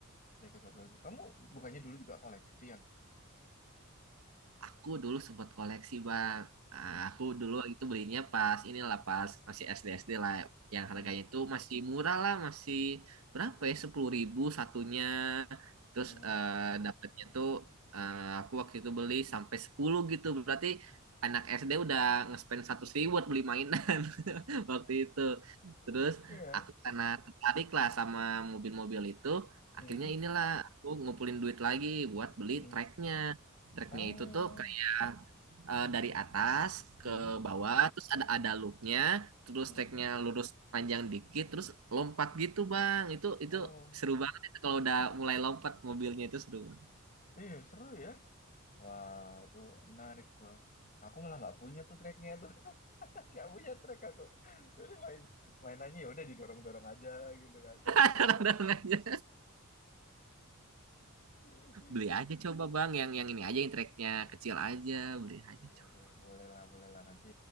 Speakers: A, on the left; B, on the right.
A: diecast Hot Wheels. Kamu bukannya dulu juga koleksian?
B: Aku dulu sempat koleksi bang. Ah,
A: Hmm,
B: Aku dulu waktu itu belinya pas inilah pas masih SD SD lah, yang
A: mm-mm,
B: harganya itu masih murah lah, masih berapa ya sepuluh ribu satunya. Terus
A: mm-mm.
B: eh dapatnya tuh eh, aku waktu itu beli sampai 10 gitu, berarti anak SD udah nge-spend 100 ribu buat beli mainan <laughs> waktu itu. Terus
A: Iya,
B: aku karena tertarik lah sama mobil-mobil itu,
A: mm-mm,
B: akhirnya inilah aku ngumpulin duit lagi buat beli
A: mm-mm.
B: tracknya. Tracknya
A: Oh,
B: itu tuh kayak eh, dari atas ke
A: mm-mm,
B: bawah, terus ada ada loopnya, terus
A: mm-mm.
B: tracknya lurus panjang dikit, terus lompat gitu bang. Itu itu
A: Oh,
B: seru banget itu kalau udah mulai lompat mobilnya itu seru banget.
A: iya seru ya. Wah itu menarik tuh. Aku malah nggak punya tuh tracknya nggak punya track aku jadi main mainannya ya udah didorong dorong aja gitu kan
B: <laughs> Dorong aja.
A: Jadi mesti
B: Beli aja coba bang, yang yang ini aja yang tracknya kecil aja, beli aja
A: iya
B: coba.
A: deh boleh lah boleh lah nanti